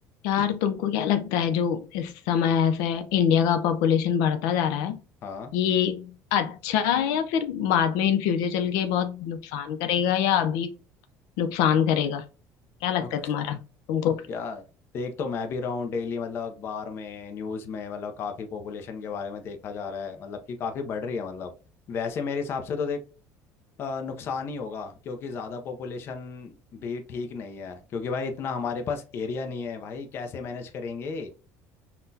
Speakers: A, on the left; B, on the left.
A: यार तुमको क्या लगता है जो इस समय ऐसे इंडिया का पॉपुलेशन बढ़ता जा रहा है
B: हाँ
A: ये अच्छा है या फिर बाद में इन फ्यूचर चल के बहुत नुकसान करेगा या अभी नुकसान करेगा क्या लगता
B: नुक-
A: है तुम्हारा तुमको
B: यार देख तो मैं भी रहा हूँ डेली मतलब अखबार में न्यूज़ में मतलब काफ़ी पॉपुलेशन के बारे में देखा जा रहा है मतलब कि काफ़ी बढ़ रही है मतलब वैसे मेरे हिसाब से तो देख अ, नुकसान ही होगा क्योंकि ज़्यादा पॉपुलेशन भी ठीक नहीं है क्योंकि भाई इतना हमारे पास एरिया नहीं है भाई कैसे मैनेज करेंगे